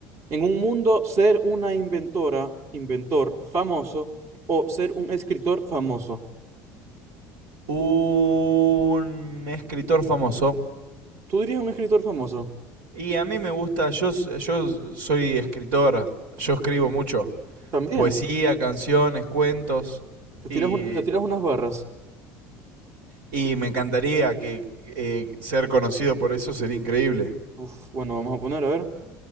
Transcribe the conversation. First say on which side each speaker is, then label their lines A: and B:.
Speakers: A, on the right; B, on the right.
A: En un mundo, ser una inventora, inventor famoso o ser un escritor famoso.
B: un escritor famoso.
A: ¿Tú dirías un escritor famoso?
B: Y a mí me gusta, yo, s- yo soy escritor, yo escribo mucho,
A: También.
B: poesía, canciones, cuentos,
A: Te tiras
B: y,
A: un- te tiras unas barras.
B: y me encantaría que eh, ser conocido por eso sería increíble.
A: Uf, bueno, vamos a poner, a ver.